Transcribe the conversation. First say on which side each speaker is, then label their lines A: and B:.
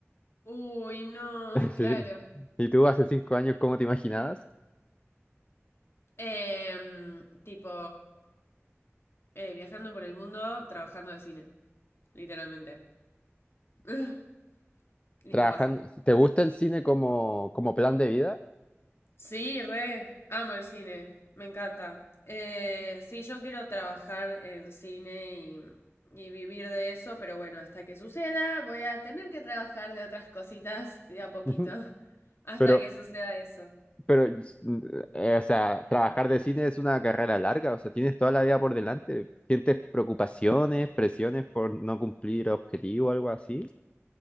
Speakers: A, on the left; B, on the left.
A: Uy, no, <laughs> claro.
B: Sí. ¿Y tú hace cinco años cómo te imaginabas?
A: Em, tipo, eh, viajando por el mundo, trabajando de cine, literalmente. <laughs> Y
B: Trabajando,
A: no pasó.
B: ¿te gusta el cine como, como plan de vida?
A: Sí, re, amo el cine, me encanta. Eh, sí, yo quiero trabajar en cine y, y vivir de eso, pero bueno, hasta que suceda, voy a tener que trabajar de otras cositas de a poquito,
B: <laughs> Ujú.
A: <laughs> hasta
B: Pero,
A: que suceda eso.
B: Pero, eh, o sea, trabajar de cine es una carrera larga, o sea, tienes toda la vida por delante. ¿Sientes preocupaciones, presiones por no cumplir objetivos o algo así?